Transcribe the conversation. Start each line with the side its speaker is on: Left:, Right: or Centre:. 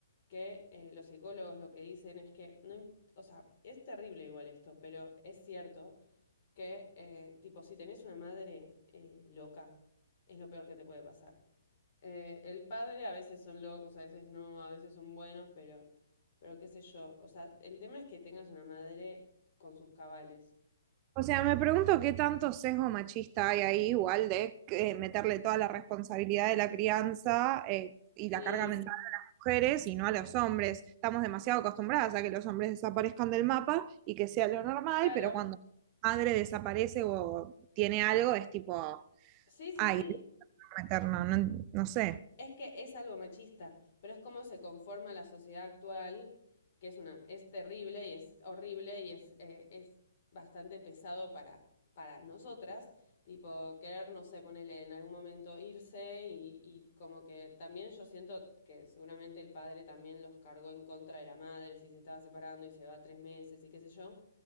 Left: que eh, los psicólogos lo que dicen es que no, im- o sea, es terrible igual esto, pero es cierto que, eh, tipo, si tenés una madre eh, loca, es lo peor que te puede pasar. Eh, el padre a veces son locos, a veces no, a veces son buenos, pero, pero qué sé yo. O sea, el tema es que tengas una madre con sus cabales.
Right: O sea, me pregunto qué tanto sesgo machista hay ahí, igual de eh, meterle toda la responsabilidad de la crianza eh, y
Left: Sí,
Right: la carga mental a las mujeres y no a los hombres. Estamos demasiado acostumbradas a que los hombres desaparezcan del mapa y que sea lo normal,
Left: claro.
Right: pero cuando la madre desaparece o tiene algo, es tipo,
Left: Sí, sí,
Right: ay,
Left: sí.
Right: no meternos, no, no sé.
Left: Es que es algo machista, pero es como se conforma la sociedad actual, que es una, es terrible y es horrible y es, eh, es bastante pesado para, para nosotras, tipo querer, no sé, ponerle en algún momento irse y, y como que también yo siento que seguramente el padre también los cargó en contra de la madre, si se estaba separando y se va tres meses y qué sé yo.